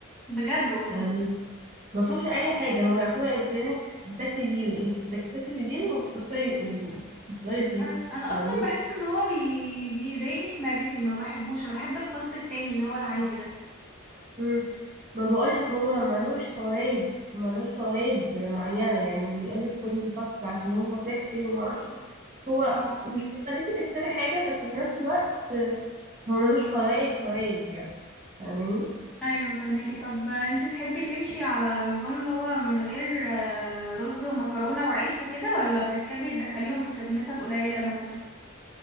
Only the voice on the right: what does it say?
فاهمة ما فيهوش اي حاجه هو يعتبر كانك بتاكلي زيرو انت بتكتسبي زيرو وبتخسري وبتخسري زيرو
فاهمين
مم. ما
بقولك
هو ملهوش فوائد ملهوش فوائد معينه يعني اللي يقولك كل خس عشان هو صحي وما اعرفش إيه، هو
مش بيخليكي تكسبي حاجه بس في نفس الوقت هو ملهوش فوائد فوائد يعني فاهمين